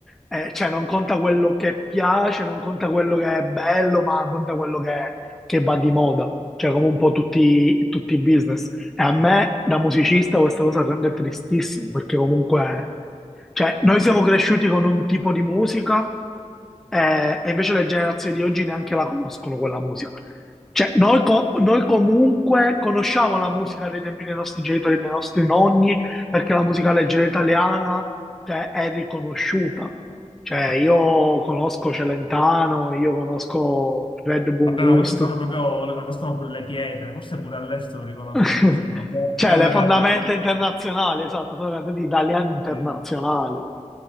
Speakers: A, in the centre; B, on the left.
A: eh, cioè non conta quello che piace, non conta quello che è bello, ma conta quello che, che va di moda, cioè come un po' tutti, tutti i business. E a me da musicista questa cosa rende tristissimo, perché comunque cioè, noi siamo cresciuti con un tipo di musica eh, e invece le generazioni di oggi neanche la conoscono quella musica. Cioè, noi, co- noi comunque conosciamo la musica dei tempi dei nostri genitori e dei nostri nonni, perché la musica leggera italiana, cioè, è riconosciuta. Cioè, io conosco Celentano, io conosco Fred Buongusto.
B: Vabbè, ma questi sono proprio, le conoscono pure le pietre, forse pure all'estero riconoscono
A: <laughs>
B: questi qua. Bella
A: Cioè, le fondamenta
B: Carrà.
A: internazionali, esatto, sono cantati italiani internazionali.
B: Sì,